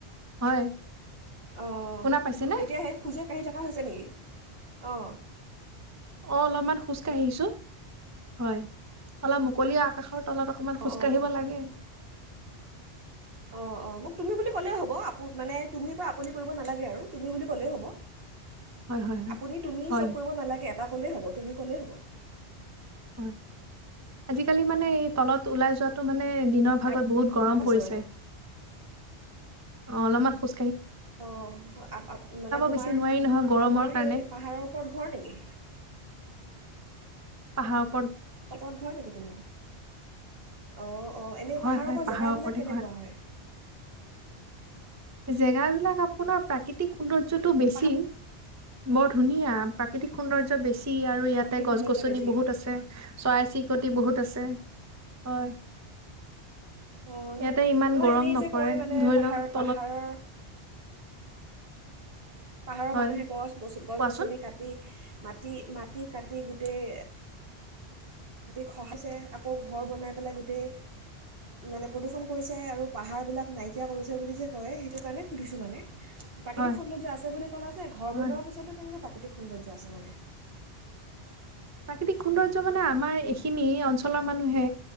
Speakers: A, on the right; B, on the right.
A: হয়।
B: অ',
A: শুনা পাইছেনে
B: এতিয়া সেই খোজে কাঢ়ি থকা হৈছে নেকি? অ'।
A: অ', অলপমান খোজ কঢ়িছো। হয়, অলপ মুকলি আকাশৰ তলত অকমান খোজ
B: অঁ অঁ অঁ
A: কাঢ়িব লাগে।
B: অ, অ, মোক তুমি বুলি ক'লেই হ'ব। আপো মানে তুমি পৰা আপুনি কৰিব নালাগে আৰু, তুমি বুলি ক'লেই হ'ব।
A: হয় হয় হয়
B: আপুনি, তুমি
A: হয়
B: চব কৰিব নালাগে, এটা ক'লেই হ'ব, তুমি ক'লেই হ'ব।
A: হয়, আজিকালি মানে এই তলত ওলাই যোৱাটো মানে দিনৰ ভাগত
B: আৰু
A: বহুত গৰম
B: হৈছে
A: পৰিছে।
B: মানে
A: অ', অলপমান খোজ
B: অ', আপ-আপ, মানে তোমাৰ,
A: বেছি নোৱাৰি নহয় গৰমৰ
B: তোমাৰ
A: কাৰণে
B: সেই পাহাৰৰ ওপৰত ঘৰ নেকি?
A: পাহাৰপ
B: <unintelligible> ঘৰ নেকি তোমাৰ? অ' অ, এনেই
A: হয়
B: পাহাৰৰ
A: হয়
B: পা জেগাবিলাক
A: ওপৰতে
B: কেনেকুৱা হয়?
A: জেগা বিলাক আপোনাৰ প্ৰাকৃতিক সৌন্দৰ্যটো বেছি,
B: পাহাৰ
A: বৰ ধুনীয়া প্ৰাকৃতিক সৌন্দৰ্য বেছ ই, আৰু ইয়াতে
B: প্ৰাকৃতিক
A: গছ-গছনি
B: সৌন্দৰ্য বেছি
A: বহুত আছে, চৰাই চি অতি বহুত আছে। হয়।
B: অঁ
A: ইয়াতে
B: ন
A: ইমান
B: নহয়
A: গৰম
B: এনেই
A: নপৰে,
B: যে কয় মানে
A: ধৰি
B: পাহাৰ
A: লওঁ
B: পাহাৰৰ পাহাৰৰ
A: হয়
B: মানুহে গছ, গছ-গছনি
A: কোৱাচোন
B: কাটি মাটি, মাটি কাটি গোটেই গোটেই খহাইছে আকৌ, ঘৰ বনাই পেলাই গোটেই মানে প্ৰদূষণ কৰিছে আৰু পাহাৰবিলাক নাইকিয়া কৰিছে বুলি যে কয় সেইটো কাৰণে সুধিছোঁ মানে। প্ৰাকৃতিক
A: হয়
B: সৌন্দৰ্য আছে বুলি ক'লা যে ঘৰ
A: হয়,
B: বনোৱাৰ পিছতো কেনেকে প্ৰাকৃতি <unintelligible> সৌন্দৰ্য আছে মানে?
A: প্ৰাকৃতিক সৌন্দৰ্য্য মানে আমাৰ এইখিনি অঞ্চলৰ মানুহে,